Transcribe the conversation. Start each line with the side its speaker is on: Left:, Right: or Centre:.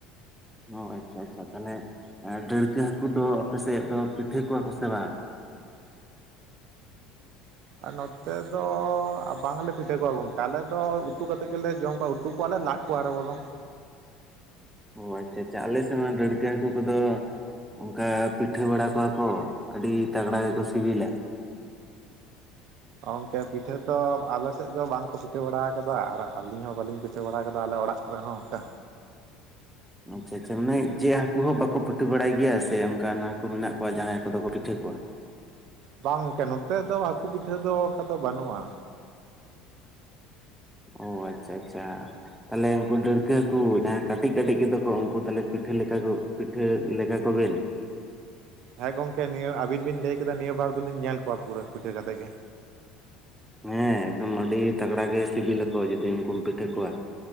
Centre: ᱚ ᱟᱪᱪᱷᱟ ᱟᱪᱪᱷᱟ ᱛᱟᱦᱚᱞᱮ ᱰᱟᱹᱲᱠᱟᱹ ᱦᱟᱹᱠᱩ ᱫᱚ ᱟᱯᱮ ᱥᱮᱫ ᱫᱚ ᱯᱤᱴᱷᱟᱹ ᱠᱚᱣᱟ ᱠᱚ ᱥᱮ ᱵᱟᱝ?
Right: ᱟᱨ ᱱᱚᱛᱮ ᱫᱚ ᱵᱟᱝᱞᱮ ᱯᱤᱴᱷᱟᱹ ᱠᱚᱣᱟ ᱜᱚᱝᱠᱮ ᱟᱞᱮ ᱫᱚ ᱩᱛᱩ ᱠᱟᱛᱮᱫ ᱜᱮᱞᱮ ᱡᱚᱢ ᱠᱚᱣᱟ ᱩᱛᱩ ᱠᱚᱣᱟᱞᱮ ᱞᱟᱫ ᱠᱚᱣᱟᱨᱮ ᱵᱚᱞᱚᱝ
Centre: ᱚ ᱟᱪᱪᱷᱟ ᱟᱪᱪᱷᱟ ᱟᱞᱮ ᱥᱮᱫ ᱢᱟ ᱰᱟᱹᱲᱠᱟᱹ ᱦᱟᱹᱠᱩ ᱠᱚᱫᱚ᱾ ᱚᱱᱠᱟ ᱯᱤᱴᱷᱟᱹ ᱵᱟᱲᱟ ᱠᱚᱣᱟ ᱠᱚ ᱟᱹᱰᱤ ᱛᱟᱜᱽᱲᱟ ᱜᱮᱠᱚ ᱥᱤᱵᱤᱞᱟ᱾
Right: ᱜᱚᱝᱠᱮ ᱯᱤᱴᱷᱟᱹ ᱫᱚ ᱟᱞᱮ ᱥᱮᱫ ᱫᱚ ᱵᱟᱝᱠᱚ ᱯᱤᱴᱷᱟᱹ ᱫᱚ ᱟᱞᱮ ᱥᱮᱜ ᱫᱚ ᱵᱟᱝ ᱠᱚ ᱯᱤᱴᱷᱟᱹ ᱵᱟᱲᱟ ᱟᱠᱟᱫᱟ ᱟᱨ ᱟᱹᱞᱤᱧ ᱦᱚᱸ ᱵᱟᱹᱞᱤᱧ ᱯᱤᱴᱷᱟᱹ ᱵᱟᱲᱟ ᱟᱠᱟᱫᱟ ᱟᱞᱮ ᱚᱲᱟᱜ ᱠᱚᱨᱮ ᱦᱚᱸ ᱚᱱᱠᱟ᱾
Centre: ᱟᱪᱪᱷᱟ ᱟᱪᱪᱷᱟ ᱢᱟᱱᱮ ᱪᱮᱫ ᱦᱟᱹᱠᱩ ᱦᱚᱸ ᱵᱟᱠᱚ ᱯᱤᱴᱷᱟᱹ ᱵᱟᱲᱟᱭ ᱜᱮᱭᱟ, ᱥᱮ ᱚᱱᱠᱟ ᱦᱟᱹᱠᱩ ᱢᱮᱱᱟᱜ ᱠᱚᱣᱟ ᱡᱟᱦᱟᱸᱭ ᱠᱚᱫᱚ ᱠᱚ ᱯᱤᱴᱷᱟᱹ ᱠᱚᱣᱟ?
Right: ᱵᱟᱝ ᱜᱚᱝᱠᱮ ᱱᱚᱛᱮ ᱫᱚ ᱦᱟᱹᱠᱩ ᱯᱤᱴᱷᱟᱹ ᱫᱚ ᱚᱱᱠᱟ ᱫᱚ ᱵᱟᱹᱱᱩᱜᱼᱟ᱾
Centre: ᱚ ᱟᱪᱪᱷᱟ ᱟᱪᱪᱷᱟ᱾ ᱛᱟᱦᱚᱞᱮ ᱩᱱᱠᱩ ᱰᱟᱹᱲᱠᱟᱹ ᱦᱟᱹᱠᱩ ᱡᱟᱦᱟᱸᱭ ᱠᱟᱹᱴᱤᱡ ᱠᱟᱹᱴᱤᱡ ᱜᱮᱛᱟ ᱠᱚ ᱩᱱᱠᱩ ᱛᱟᱦᱞᱮ ᱯᱤᱴᱷᱟᱹ ᱞᱮᱠᱟ ᱯᱤᱴᱷᱟᱹ ᱞᱮᱜᱟ ᱠᱚᱵᱮᱱ᱾
Right: ᱦᱮᱸ ᱜᱚᱝᱠᱮ ᱱᱤᱭᱟᱹ ᱟᱵᱤᱱ ᱵᱤᱱ ᱞᱟᱹᱭ ᱠᱮᱫᱟ ᱱᱤᱭᱟᱹ ᱵᱟᱨ ᱫᱚᱞᱤᱧ ᱧᱮᱞ ᱠᱚᱣᱟ ᱯᱩᱨᱟᱹ ᱯᱤᱴᱷᱟᱹ ᱠᱟᱛᱮᱜ ᱜᱮ᱾
Centre: ᱦᱮᱸ ᱮᱠᱫᱚᱢ ᱟᱹᱰᱤ ᱛᱟᱜᱽᱲᱟ ᱜᱮ ᱥᱤᱵᱤᱞᱟᱚ ᱡᱩᱫᱤᱢ ᱩᱱᱠᱩᱢ ᱯᱤᱴᱷᱟᱹ ᱟᱠᱚᱣᱟ᱾